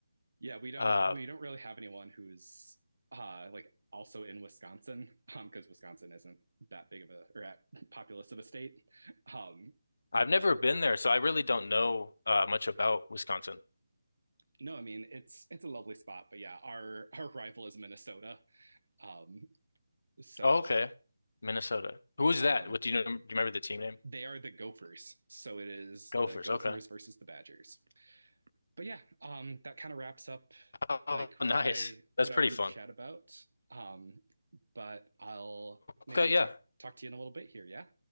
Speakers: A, on the right; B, on the left.
A: Yeah, we don't
B: Uh,
A: we don't really have anyone who's uh like also in Wisconsin um because Wisconsin isn't that big of a or at, <laughs> populous of a state. Um
B: I've
A: but
B: never been there, so I really don't know uh, much about Wisconsin.
A: no, I mean it's it's a lovely spot, but yeah, our our rival is Minnesota. Um so
B: Oh, okay. Minnesota. Who is
A: um
B: that? What do you know? Do you remember the team name?
A: they are the Gophers. So it is
B: Gophers.
A: the Gophers
B: Okay.
A: versus the Badgers. But yeah, um that kind of wraps up
B: Oh,
A: like what
B: nice.
A: I
B: That's
A: what
B: pretty
A: I wanted
B: fun.
A: to chat about. Um, but I'll maybe
B: Okay, yeah.
A: talk talk to you in a little bit here, yeah?